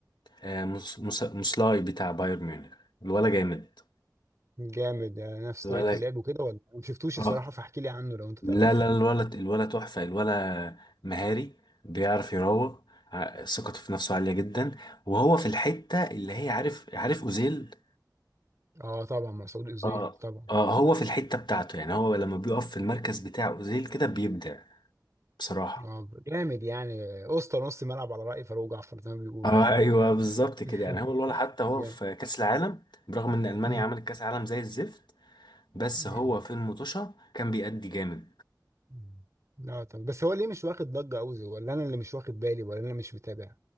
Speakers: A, on the left; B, on the right.
A: آه، مس- مس- مسلاي بتاع بايرن ميونخ الولا جامد
B: جامد آه، نفس
A: الولا
B: طريقة اللعب وكده ولا ما شفتوش
A: اه
B: الصراحة فاحكي لي عنه لو انت تعرف
A: لا لا الولد الولد تحفة الولد مهاري بيعرف يروق ع- ثقته في نفسه عالية جدا وهو في الحتة اللي هي عارف عارف أوزيل
B: اه طبعا مسعود اوزيل
A: اه
B: طبعا
A: اه هو في الحتة بتاعته يعني هو لما بيقف في المركز بتاع أوزيل كده بيبدع بصراحة
B: اه جامد يعني اسطى نص ملعب على رأي فاروق جعفر زي ما بيقول
A: اه
B: يعني
A: ايوه بالظبط كده
B: <laughs>
A: يعني هو الولد حتى هو
B: جامد
A: في كأس العالم برغم ان ألمانيا
B: مم.
A: عملت كأس عالم زي الزفت بس هو
B: أيوة.
A: في المطوشة كان بيأدي جامد
B: مم. لا طب بس هو ليه مش واخد ضجة أوي زي- ولا أنا اللي مش واخد بالي ولا أنا مش متابع